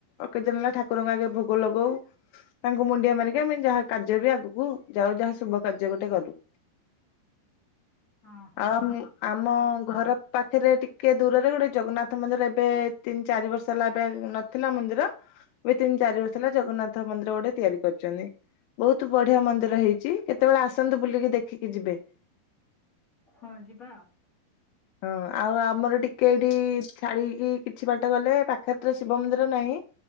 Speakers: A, on the left; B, on the left.
A: କେତେଦିନ ହେଲା ଠାକୁରଙ୍କୁ ଆଗେ ଭୋଗ ଲଗଉ। ତାଙ୍କୁ ମୁଣ୍ଡିଆ ମାରିକି ଆମେ ଯାହା କାର୍ଯ୍ୟ ବି ଆଗକୁ ଯାଉ ଯାହା ଶୁଭ କାର୍ଯ୍ୟ ଗୋଟେ କରୁ।
B: ଓହୋ
A: ଆମେ ଆମ
B: ଆଉ
A: ଘର ପାଖେରେ ଟିକେ ଦୂରରେ ଗୋଟେ ଜଗନ୍ନାଥ ମନ୍ଦିର ଏବେ ତିନ୍ ଚାରି ବର୍ଷ ହେଲା ଏବେ ନଥିଲା ମନ୍ଦିର ଏ ତିନ୍ ଚାରି ବର୍ଷ ହେଲା ଜଗନ୍ନାଥ ମନ୍ଦିର ଗୋଟେ ତିଆରି କରିଚନ୍ତି ବହୁତ୍ ବଢିଆ ମନ୍ଦିର ହେଇଚି କେତେବେଳେ ଆସନ୍ତୁ ବୁଲିକି ଦେଖିକି ଯିବେ।
B: ହଁ ଯିବା।
A: ହଁ ଆଉ ଆମର ଟିକେ ଏଇଠି ଛାଡିକି କିଛି ବାଟ ଗଲେ ପାଖରେ ତ ଶିବ ମନ୍ଦିର ନାଇଁ